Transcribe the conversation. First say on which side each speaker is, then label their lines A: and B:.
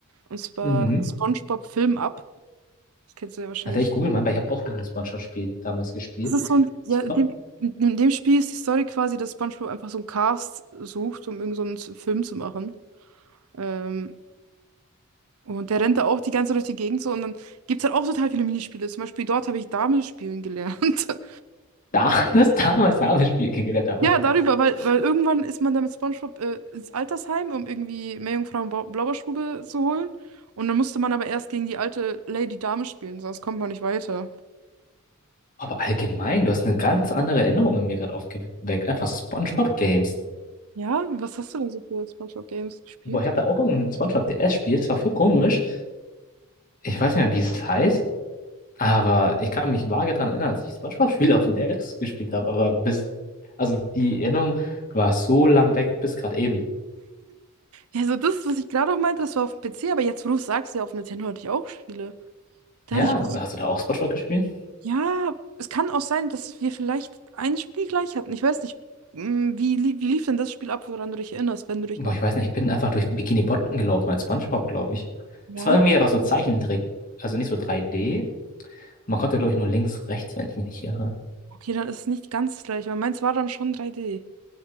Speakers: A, on the right (about 80°); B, on the left (about 40°).
A: und zwar
B: Mhm.
A: SpongeBob Film Up. Das kennst du ja wahrscheinlich.
B: Also ich google mal, weil ich habe auch irgendein SpongeBob-Spiel damals gespielt.
A: Das ist so ein, ja,
B: Spon
A: in dem, in dem Spiel ist die Story quasi, dass SpongeBob einfach so einen Cast sucht, um irgend so einen Z- Film zu machen. Ähm, und der rennt da auch die ganze Zeit durch die Gegend so und dann gibt es halt auch total viele Minispiele. Zum Beispiel dort habe ich Dame spielen gelernt. <laughs>
B: da, <laughs> das damals habe ich Spiel kennengelernt habe.
A: Ja, darüber, weil, weil irgendwann ist man dann mit SpongeBob äh, ins Altersheim, um irgendwie Meerjungfrau und Blau- Blaubeerstube zu holen. Und dann musste man aber erst gegen die alte Lady Dame spielen, sonst kommt man nicht weiter.
B: Aber allgemein, du hast eine ganz andere Erinnerung in mir gerade aufgeweckt. Einfach SpongeBob-Games.
A: Ja, was hast du denn so für SpongeBob-Games gespielt?
B: Boah, ich hatte auch irgendein SpongeBob-DS-Spiel, das war voll komisch. Ich weiß nicht mehr, wie es heißt, aber ich kann mich vage daran erinnern, dass ich SpongeBob-Spiele auf dem DS gespielt habe. Aber bis, also die Erinnerung war so lang weg bis gerade eben.
A: Ja, so das, was ich gerade auch meinte, das war auf dem PC, aber jetzt, wo du es sagst, ja, auf Nintendo hatte ich auch Spiele. Da
B: Ja,
A: hatte ich auch,
B: hast du da auch SpongeBob gespielt?
A: ja, es kann auch sein, dass wir vielleicht ein Spiel gleich hatten. Ich weiß nicht, mm, wie, li- wie lief denn das Spiel ab, woran du dich erinnerst, wenn du dich
B: Boah,
A: noch.
B: ich weiß nicht, ich bin einfach durch Bikini Bottom gelaufen als SpongeBob, glaube ich.
A: Ja,
B: Es war irgendwie aber so Zeichentrick, also nicht so 3D. Und man konnte, glaube ich, nur links, rechts, wenn ich mich nicht irre.
A: okay, dann ist es nicht ganz gleich, aber meins war dann schon 3D.